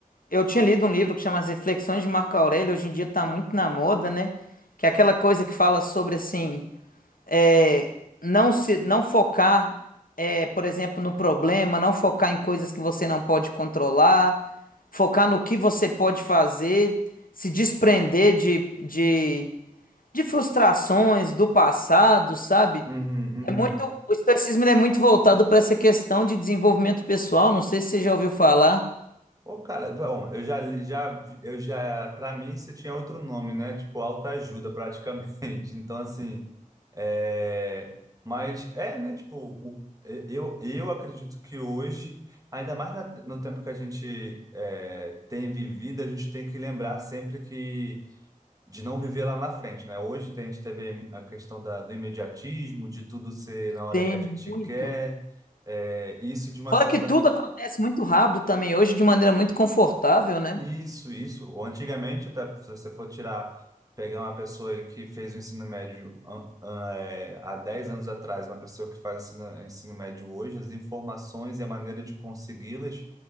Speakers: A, on the left; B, on the right.
A: eu tinha lido um livro que chama As Reflexões de Marco Aurélio, hoje em dia tá muito na moda, né? Que é aquela coisa que fala sobre assim, é, não se não focar, é, por exemplo, no problema, não focar em coisas que você não pode controlar, focar no que você pode fazer, se desprender de, de, de frustrações do passado, sabe?
B: uhum, uhum.
A: É muito, o estoicismo ele é muito voltado para essa questão de desenvolvimento pessoal, não sei se você já ouviu falar.
B: Ô, cara, bom, eu já, já, eu já, para mim você tinha outro nome, né? Tipo, autoajuda praticamente. <laughs> Então, assim, é, mas é, né? Tipo, o, eu, eu acredito que hoje, ainda mais na- no tempo que a gente é, tem vivido, a gente tem que lembrar sempre que de não viver lá na frente, né? Hoje tem, a gente teve a questão da, do imediatismo, de tudo ser na hora
A: Tem
B: que a gente
A: muito.
B: quer. É, isso de uma
A: Fora
B: certa
A: que tudo acontece muito rápido também hoje, de maneira muito confortável, né?
B: Isso, isso. Ou Antigamente, até se você for tirar, pegar uma pessoa aí que fez o ensino médio an- an- é, há 10 anos atrás, uma pessoa que faz ensino, ensino médio hoje, as informações e a maneira de consegui-las